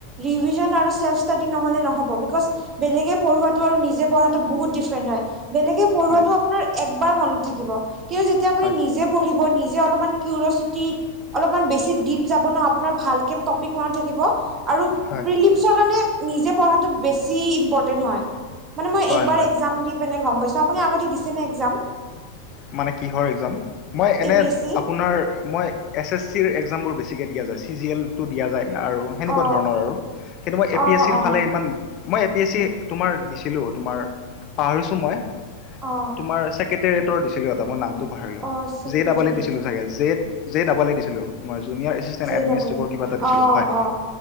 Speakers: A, on the right; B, on the left.
A: ৰিভিজন আৰু চেল্ফ ষ্টাডি নহলে নহ'ব বিকজ বেলেগে পঢ়োৱাতো আৰু নিজে পঢ়াতো বহুত ডিফাৰেন্ট হয় বেলেগে পঢ়োৱাটো
B: হয়
A: আপোনাৰ একবাৰ মনত থাকিব কিন্তু যেতিয়া আপুনি
B: হয়
A: নিজে পঢ়িব নিজে অলপমান কিউৰিচিটিত অলপমান বেছি ডিপ যাব ন আপোনাৰ ভালকে টপিক মনত থাকিব আৰু।
B: হয়।
A: প্ৰিলিম্ছৰ কাৰণে নিজে পঢ়াটো বেছি ইম্পৰ্টেণ্ট হয়, মানে মই
B: হয়
A: এইবাৰ
B: হয়
A: এক্সাম দি পিনে গম পাইছো আপুনি আগতে দিছেনে এক্সাম?
B: মানে কিহৰ একজাম মই এনে
A: এ পি এছ চি
B: আপোনাৰ মই। এছ এছ চিৰ এক্সাম বোৰ বেছিকৈ দিয়া যায় চি জি এলটো দিয়া যায় আৰু। সেনেকুৱা
A: অ
B: ধৰণৰ আৰু, কিন্তু মই এ
A: অ
B: পি এছ চিৰ
A: অ
B: ফালে ইমান মই এ পি এছ ছি তোমাৰ দিছিলো তোমাৰ পাহৰিছোঁ মই,
A: অ
B: তোমাৰ চেক ৰেটৰ দিছিলো এটা মই নামটো পাহৰিলো
A: অ চেক্ৰেটেৰিয়েটত
B: জে ডাব দিছিলো চাগে জে যে ই ই দিছিলো তোমাৰ junior assistant
A: J
B: administrate
A: double E
B: কিবা এটা দিছিলো
A: অ
B: হয়।
A: অ